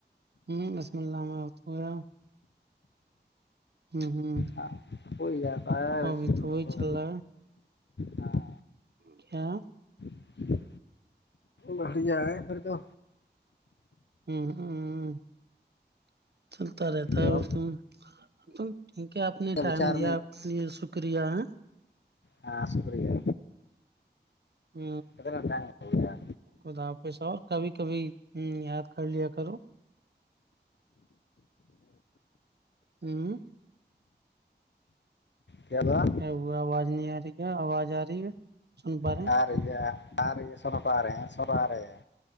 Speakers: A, on the right; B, on the left.
A: ہ بسم اللہ میں گیا ہوں ہوں
B: ہاں کو جاتا ہے
A: ابھی وہی
B: تو
A: چل رہا ہے
B: ہاں
A: کیا
B: ج بڑیاھر تو
A: ہوں ہوں چلتا رہتا
B: تو
A: ہے
B: اب
A: وہ تو ٹھیک ہے آپ نے ٹائم
B: بچار
A: دیا آپ کے لیے شکریہ ہے
B: ہ شکریہ
A: ہ
B: کتنا ٹائم ہو گیا
A: کداب پیسہ اور کبھی کبھی یاد کر لیا کرو ہوں
B: کیا ہوا
A: ا وہ آواز نہیں آ رہی کیا آواز آ رہی ہے سن پا رہے
B: ہاں ریہ آارے سربا رہے ہیں سبا رہے